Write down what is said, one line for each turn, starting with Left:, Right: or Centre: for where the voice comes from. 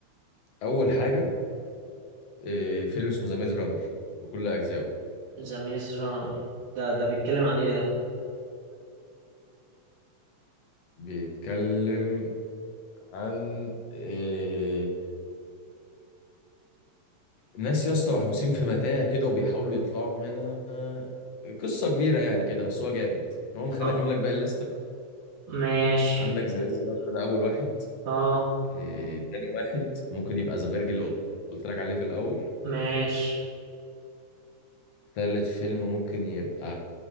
Left: اول حاجه إيه فيلم اسمه ذا ميز رانر بكل اجزائه
Right: ذا ميز رانر ده ده بيتكلم عن ايه ده
Left: بيتكلم عن آه، ناس يا اسطى محبوسين في متاهة كده وبيحاولوا يطلعوا منها آه، قصة كبيرة يعني كده بس هو جامد المهم خلينا
Right: اه
Left: اكمل لك باقي الليستة
Right: ماشي
Left: عندك ذا ميز رانر ده اول واحد
Right: اه
Left: آه، تاني واحد ممكن يبقى ذا بيرج اللي قلت لك عليه في الاول
Right: ماشي
Left: تالت فيلم ممكن يبقى